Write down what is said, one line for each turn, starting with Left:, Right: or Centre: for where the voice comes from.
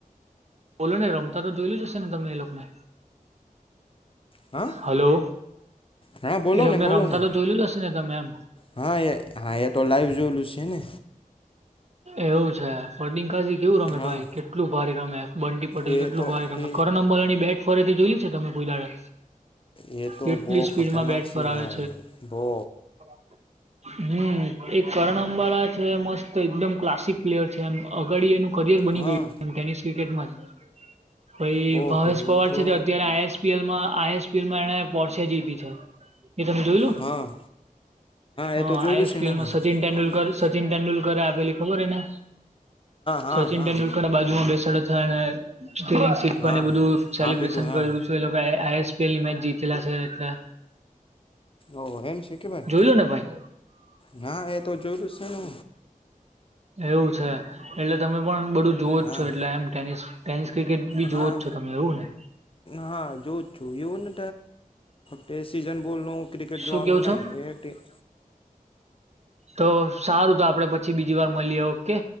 Right: બોલો ને રમતા તો જોયલું જ હશે ને તમે એ લોકો ને?
Left: હા
Right: હલો!
Left: હા બોલો
Right: એ લોકોને
Left: ને <unintelligible> બોલો
Right: રમતા
Left: ને
Right: તો જોયેલું જ હશે ને તમે એમ
Left: હા એ હા એ તો લાઈવ જોયેલું છે. એને
Right: એવું છે ફર્દીન કાઝી કેવું રમે
Left: હા
Right: ભાઈ? કેટલું ભારે રમે, બંટી પટેલ
Left: એ
Right: કેટલું
Left: તો
Right: ભારી રમે,
Left: એ
Right: કરન અંબલાની બેટ ફરે થી જોયલું છે તમે કોઈ દાડે?
Left: યે તો
Right: કેટલી
Left: બો ખતરનાક
Right: સ્પીડમાં બેટ
Left: છે.
Right: ફરાવે
Left: ભાઈ બો
Right: હમ, એ કરણ અંબાળા છે મસ્ત તો એકદમ ક્લાસિક પ્લેયર છે. એમ, અગાડી એનું કરિયર બની
Left: હા
Right: ગયું, એમ ટેનિસ ક્રિકેટમાં જ. પહી
Left: બહુ
Right: ભાવેશ
Left: કર્યો
Right: પવાર
Left: તો
Right: છે તે અત્યારે આઈએસપીએલમાં આઈએસ એણે પોર્સીયા જીઈતી છે, એ તમે જોયલું.?
Left: હા
Right: હા
Left: એ તો જોયેલું
Right: આઈએસપીએલમાં
Left: છે ને મેં
Right: સચિન તેંડુલકર
Left: હા
Right: સચિન તેંડુલ ઘરે આપેલી ખબર એને
Left: હા
Right: સચિન
Left: હા
Right: તેંડુલકર બાજુમાં બેસાડયો ત્યારે.. <unintelligible>
Left: હા
Right: એ બધું સેલિબ્રેશન
Left: આપી તું હા
Right: કરેલું છે એલોકા એ આઇએસ પેલી મેચ જીતેલા છે એટલે.
Left: ઓ એમ છે કે ભાઈ,
Right: જોઈ લો ને ભાઈ
Left: ના એતો જોયલું છે ને.
Right: એવું છે, એટલે તમે પણ બધું જોવ જ
Left: હા
Right: છો એટલે એમ ટેનિસ ટેનિસ ક્રિકેટ બી
Left: હા
Right: જોવો જ છો તમે એવું ને.?
Left: હા જોઉ જ છું. એવું ને તે સીઝન બોલ નું ક્રિકેટ
Right: શું
Left: જોવાનું
Right: કેવું
Left: નહી.
Right: છો
Left: એ ટે <inaudible>
Right: તો સારું, તો આપડે પછી બીજી વાર મળીએ ઓકે.